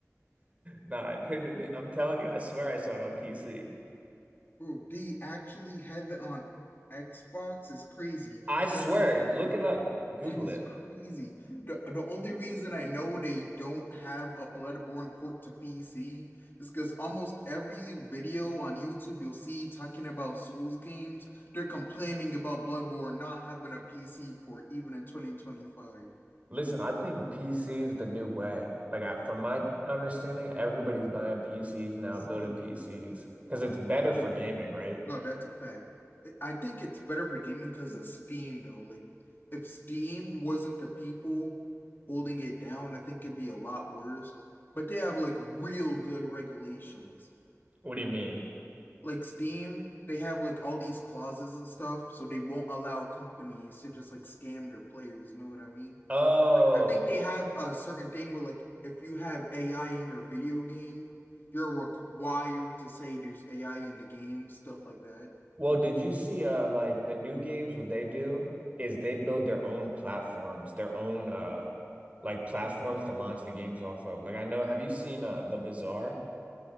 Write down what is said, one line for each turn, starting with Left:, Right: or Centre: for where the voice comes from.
Right: nah, it couldn't have been. I'm telling you, I swear I saw it on PC.
Left: Bro, they actually have it on Xbox is crazy,
Right: I swear,
Left: but no,
Right: look it up, Google
Left: that is
Right: it.
Left: crazy. The the only reason I know they don't have a Bloodborne port to PC is because almost every video on YouTube you'll see talking about Souls games, they're complaining about Bloodborne not having a PC port even in 2025.
Right: Listen, I think PC is the new way. Like I, from my understanding, everybody's buying PCs now,
Left: I'm saying,
Right: building PCs because
Left: well,
Right: it's better for gaming, right?
Left: No, that's a fact. I think it's better for gaming because of Steam, though. Like, if Steam wasn't the people holding it down, I think it'd be a lot worse. But they have like real good regulations.
Right: What do you mean?
Left: Like Steam, they have like all these clauses and stuff, so they won't allow companies to just like scam their players. You know what I mean?
Right: Oh,
Left: Like, I think they have a certain thing where like if you have AI in your video game, you're required to say there's AI in the game, stuff like that.
Right: Well, did you see uh like the new games what they do is they build their own platforms, their own uh like platforms to launch the games off of. Like I know, have you seen uh The Bazaar?